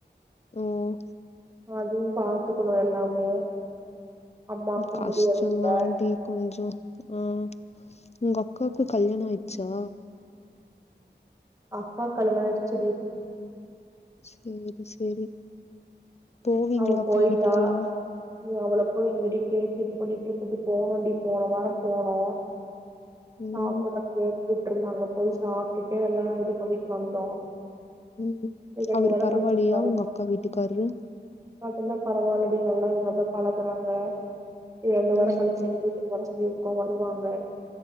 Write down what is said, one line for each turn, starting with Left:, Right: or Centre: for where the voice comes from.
Left: ம்
Right: அதையு பாத்துக்குணு எல்லாமே அம்மாக்கு
Left: கஷ்டம்
Right: முடியறதில்ல
Left: தாண்டி கொஞ்சோ ம் உங்க அக்காக்கு கல்யாண ஆயிட்ச்சா
Right: அக்கா கல்யாண ஆயிச்சு டீ
Left: சேரி சேரி போவீங்களா
Right: அவ
Left: அக்கா
Right: போயிட்டா
Left: வீட்டுக்கெல்லா
Right: நீ அவளப்போய் எங்கடி கே இது பண்ணிட்டுருக்குது போனோன்டி போன வாரொ போனோ
Left: ம்
Right: சாப்புட்றக்கு கூப்டுருந்தாங்க போய் சாப்டுட்டு எல்லா இது பண்ணிட்டு வந்தோ
Left: உம்
Right: நீ ரெண்டு
Left: அவரு
Right: வாரோ
Left: பரவாயில்லியா
Right: கழிச்சு நீ வரு
Left: உங்க அக்கா வீட்டுக்காரு
Right: அதெல்லா பரவால்லடி நல்லா இதாதா பழகுறாங்க இரண்டு
Left: ம்
Right: வாரம் கழிச்சு எங்க வீட்டுக்கு வர சொல்லி அவ வருவாங்க